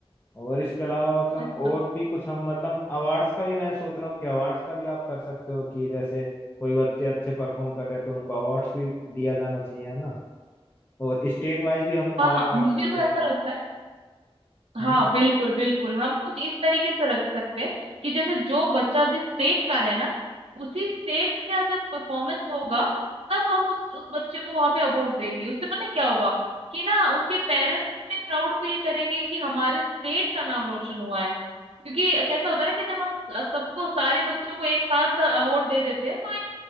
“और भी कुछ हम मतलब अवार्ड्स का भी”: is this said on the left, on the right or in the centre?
Left